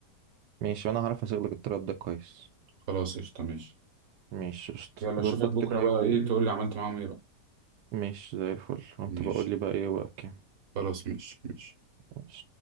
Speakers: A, on the right; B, on the right.
A: ماشي وأنا هعرف أشغلك الطلب ده كويس
B: خلاص قشطه ماشي
A: مش قشطة
B: يلا اشوفك
A: ظبط
B: بكره
A: كده ايه
B: بقى
A: و...
B: ايه تقول لي عملت معاهم ايه بقى
A: مش زي الفل وانت
B: ماشي
A: بقول لي بقى ايه بقى بكام
B: خلاص ماشي ماشي
A: مش